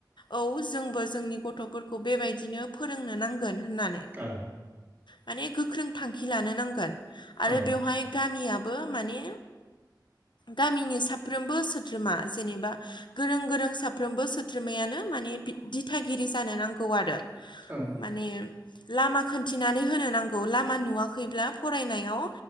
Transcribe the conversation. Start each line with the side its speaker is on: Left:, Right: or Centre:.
Left: औ जोंबो जोंनि गथ'फोरखौ बेबायदिनो फोरोंनो नांगोन होननानै
Right: ओं
Left: माने गोख्रों थांखि लानो नांगोन आरो
Right: ओं
Left: बेवहाय गामियाबो माने गामिनि साफ्रोमबो सोद्रोमा जेनेबा गोरों गोरों साफ्रोमबो सोद्रोमायानो माने दिथागि गिरि जानो नांगौ आरो
Right: ओं
Left: माने लामा खोनथिनानै होनो नांगौ औ लामा नुवाखैब्ला फरायनायाव